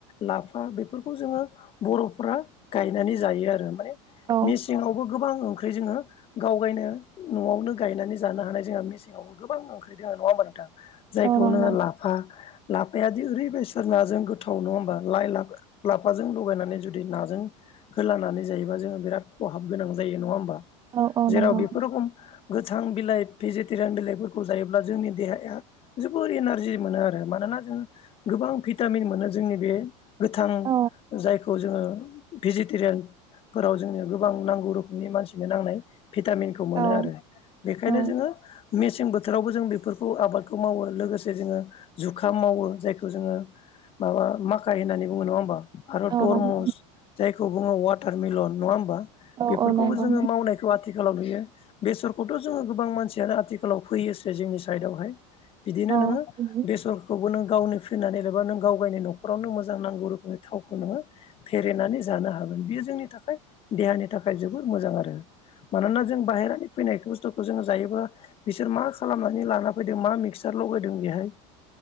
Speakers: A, on the left; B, on the right.
A: लाफा बेफोरखौ जोङो बर'फ्रा गायनानै जायो आरो माने
B: औ
A: मेसेंआवबो गोबां ओंख्रि जोङो गावगायनो न'आवनो गायनानै जानो हानाय जोंहा मेसेंआवबो गोबां ओंख्रि दोङ नङा होमबा नोंथां जायखौ
B: औ नंगौ
A: नो लाफा लाफायादि ओरै बेससोर नाजों गोथाव नङा होमबा? लाइ लाबो लाफाजों लगायनानै जुदि नाजों होलानानै जायोबा जोङो बिराद खहाब गोनां जाय यो नङा होमबा
B: औ औ
A: जेराव
B: नंगौ
A: बेफोरो खम गोथां बिलाइ भेजिटेरियान बिलाइफोरखौ जायोब्ला जोंनि देहाया जोबोर एनारजि मोनो आरो मानोना जोंयो गोब बां भिटामिन मोनो जोंनि बे गोथां
B: औ
A: जायखौ जोङो भेजिटेरियान फोराव जोंनिया गोबां नांगौ रोखोमनि मानसिनो नांनाय भिटामिनखौ मोनो
B: औ
A: आरो। बेखायनो
B: औ
A: जोङो मेसें बोथोरावबो जों बेफोरखौ आबादखौ मावो। लोगोसे जोङो जुखाम मावो जायखौ जोङो माबा माख खाय होननानै बुङो नङा होमबा? आरो
B: औ
A: थरमुस
B: नंगौ
A: जायखौ बुङो अवाटारमेलन नङा होमबा?
B: औ
A: बेफोरखौबो
B: औ नंगौ
A: जोङो मावनायखौ आथिखालाव नुयो। बेसरखौथ' जोङो गोबां मानसियानो आथिखालाव फैयोसो जोंनि सायदावहाय। बिदिनो
B: औ
A: नोङो
B: औ
A: देसरखौबो नों गावनो फिनानै एबा नों गाव गायनो न' खरावनो मोजां नांगौ रोखोमनि थावखौ नोङो फेरेदनानै जानो हागोन। बियो जोंनि थाखाय देहानि थाखाय जोबोर मोजां आरो। मानोना जों बाहेरानि फैनाय बुस्थुखौ जो जायोबा बिसोर मा खालामनानै लाना फैदों मा मिक्सार लगायदों बेहाय